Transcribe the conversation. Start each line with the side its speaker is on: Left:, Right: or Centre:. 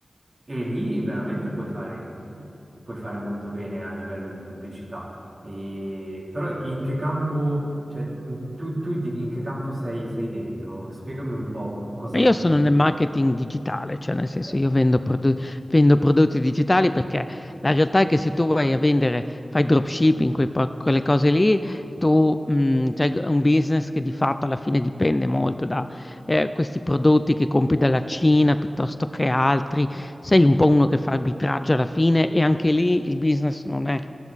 Right: E lì veramente puoi fare, puoi fare molto bene a livello di pubblicità. E- però in che campo, cioè, in- tu, tu di- in che campo sei, sei dentro? Spiegami un po' co- cosa
Left: Ma Io
Right: fai.
Left: sono nel marketing digitale, cioè nel
Right: Ok,
Left: senso io vendo, prodo- vendo prodotti digitali perché la realtà è che se tu vai a vendere, fai dropshipping, quei po- quelle cose lì, tu mh, c'hai un business che di fatto alla fine dipende molto da eh, questi prodotti che compri dalla Cina piuttosto che altri, sei un po' uno che fa arbitraggio alla fine e anche lì il business non è